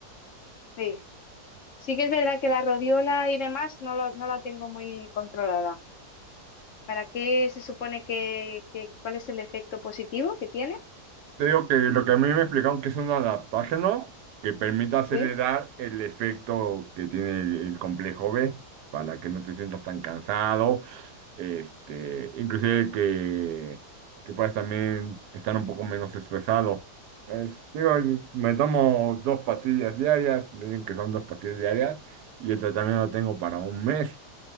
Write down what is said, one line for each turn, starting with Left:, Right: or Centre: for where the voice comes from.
Left: Sí, sí que es verdad que la rodiola y demás no, lo- no la tengo muy controlada. ¿Para qué se supone que, que- cuál es el efecto positivo que tiene?
Right: Te digo que lo que a mí me explicaron que es un adaptógeno que permite acelerar
Left: Sí.
Right: el efecto que tiene el, el complejo B para que no te sientas tan cansado, este, inclusive que, que puedas también estar un poco menos estresado. Es- digo, me tomo dos pastillas diarias, me dicen que son dos pastillas diarias y el tratamiento lo tengo para un mes.